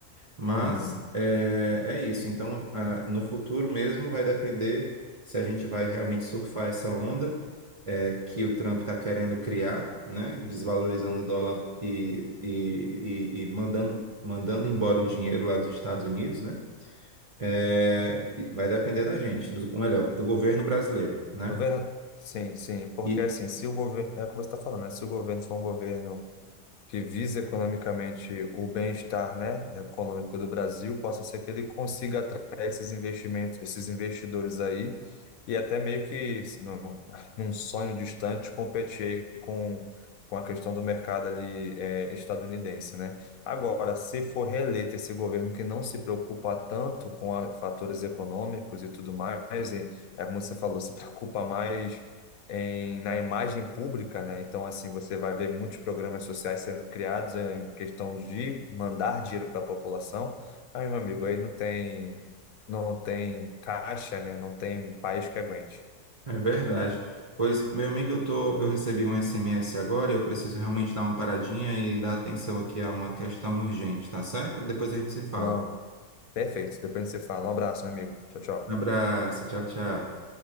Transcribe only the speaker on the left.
Uhum.
Governo, sim, sim, porque
assim, se o governo, é o que você está falando, né? Se o governo for um governo que visa economicamente o bem-estar, né, econômico do Brasil, possa ser que ele consiga atrair esses investimentos, esses investidores aí, e até meio que num, num sonho distante competir aí com, com a questão do mercado ali eh, estadunidense, né? Agora, se for reeleito esse governo que não se preocupa tanto com a- fatores econômicos e tudo mais, e é como você falou, se preocupa mais em- na imagem pública, né? Então, assim, você vai ver muitos programas sociais sendo criados em questão de mandar dinheiro para a população. Aí, meu amigo, aí não tem, não tem caixa, né? Não tem país que aguente.
Não, perfeito. Depois você fala. Um abraço, meu amigo. Tchau, tchau.